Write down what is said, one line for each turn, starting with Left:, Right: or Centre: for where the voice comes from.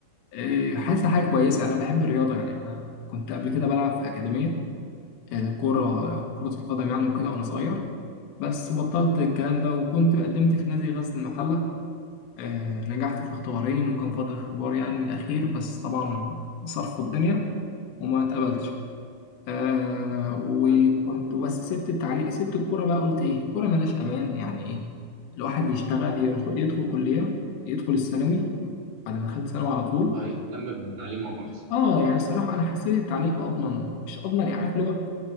Left: آه، حاسس حاجه كويسه يعني انا بحب الرياضه يعني انا كنت قبل كده بلعب في اكاديميه آه، كره كره القدم يعني وكده وانا صغير بس بطلت الكلام ده وكنت قدمت في نادي غزل المحله آه، نجحت في اختبارين وكان فاضل اختبار يعني الاخير بس طبعا صرفوا الدنيا وما اتقبلتش آه وكنت
Right: مم.
Left: بس سبت التعليق سبت الكوره بقى قلت ايه كوره ملاش امان يعني ايه الواحد يشتغل يدخل, يدخل كليه يدخل الثانوي بعد ما دخلت ثانوي على طول
Right: أو يهتم بتعليمه احسن
Left: اه يعني الصراحه انا حسيت التعليم اضمن مش اضمن يعني عارف اللي هو